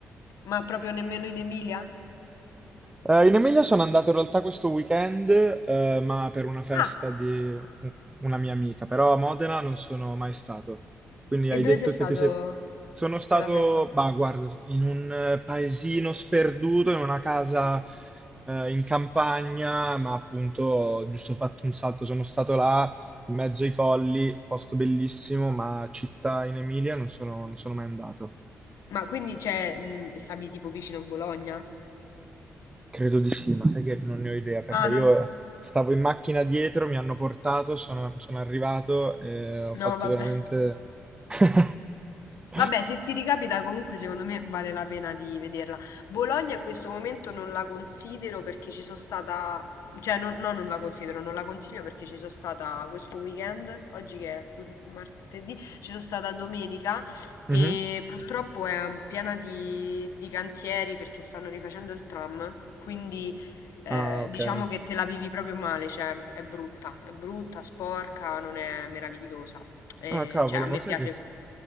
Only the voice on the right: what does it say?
Eh, in Emilia sono andato in realtà questo weekend, eh, ma per una festa
di un- una mia amica, però a Modena non sono mai stato. Quindi
hai
detto
che ti sei... Sono stato,
bah, guarda, in un eh, paesino sperduto, in una casa eh, in campagna, ma appunto ho giusto fatto un salto. Sono stato là, in mezzo ai colli, posto bellissimo, ma città in Emilia non sono non sono mai andato.
Credo di sì, ma sai che non ne ho idea perché
io
eh, stavo in macchina dietro, mi hanno portato, sono, sono arrivato e ho fatto
veramente... <laughs>
Mhm.
Ah, ok.
Ah, cavolo,
ma
sai
che... s-